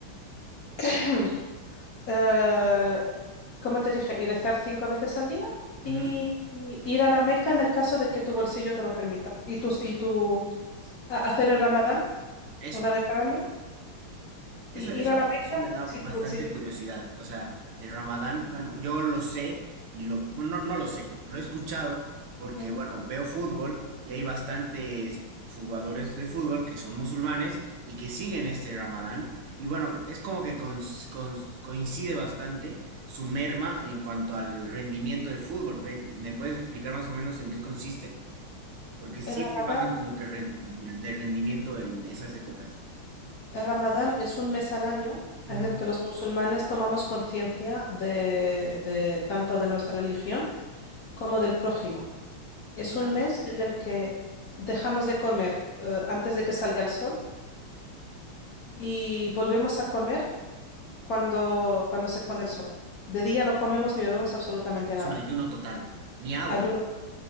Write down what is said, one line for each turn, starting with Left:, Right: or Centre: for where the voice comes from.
Left: <clears throat> Eh, como te dije, y rezar cinco veces al día y,
Right: Ujú.
Left: y ir a la Meca en el caso de que tu bolsillo te lo permita. Y tus y tu, a- hacer el Ramadán
Right: Eso.
Left: una vez al año
Right: Eso,
Left: y
Right: eso,
Left: ir a la Meca
Right: eso me da
Left: si
Right: bastante
Left: tu bolsillo.
Right: curiosidad. O sea, el Ramadán, bueno, yo lo sé y lo, bueno, no, no lo sé, lo he escuchado porque,
Left: Ujú.
Right: bueno, veo fútbol y hay bastantes jugadores de fútbol que son musulmanes y que siguen este Ramadán. Y bueno, es como que cons- cons- coincide bastante su merma en cuanto al rendimiento del fútbol. Pe- ¿Me puedes explicar más o menos en qué consiste? Porque siempre
Left: El Ramadán
Right: bajan como que re- de rendimiento en esas épocas.
Left: El Ramadán es un mes al año en
Right: Ujú.
Left: el que los musulmanes tomamos conciencia de, de tanto de nuestra religión como del prójimo. Es
Right: Ya.
Left: un mes en el que dejamos de comer eh, antes de que salga el sol y volvemos a comer cuando, cuando se pone el sol. De día no comemos ni bebemos absolutamente
Right: Es
Left: nada,
Right: un ayuno total. Ni agua.
Left: ayuno